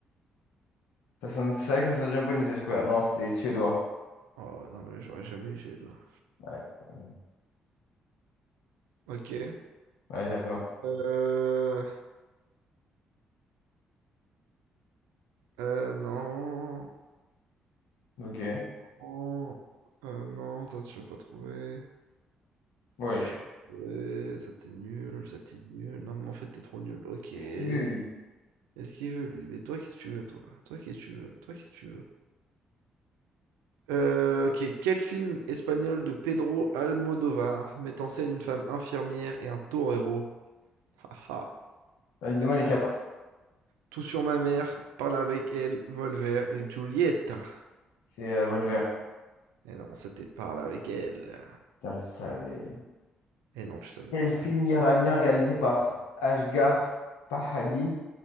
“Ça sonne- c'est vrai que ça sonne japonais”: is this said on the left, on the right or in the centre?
Left